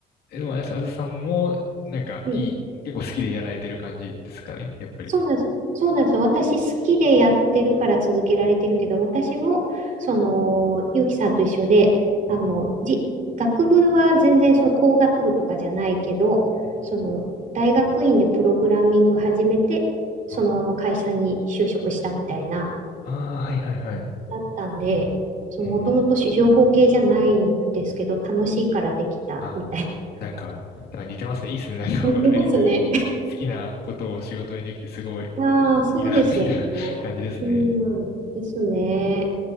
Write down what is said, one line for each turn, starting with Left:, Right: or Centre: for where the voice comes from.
Left: え、でもあれです、あずさんもなんかいい、
Right: うん
Left: 結構好きでやられてる感じですかね、やっぱり。
Right: そうなんです。そうなんですよ。私好きでやってるから続けられてるけど、私も、その、ゆうきさんと一緒で、
Left: うん
Right: あの、じ、学部は全然その工学部とかじゃないけど、
Left: うんうん
Right: その、大学院でプログラミング始めて、そのまま会社に就職したみたいな、
Left: ああー、はいはいはい。
Right: だったんで、そう、
Left: うん
Right: もともと情報系じゃないんですけど、楽しいからできたみたいな。
Left: あ、
Right: <laughs>
Left: なんか、なんか似てますね。いいっすね。なんかお互いにこう、
Right: 似てますね。
Left: 好きなことを仕事にできてすごい
Right: ああ、そうですよね。
Left: いいなっていう <laughs> 感じですね。
Right: うん、ですね。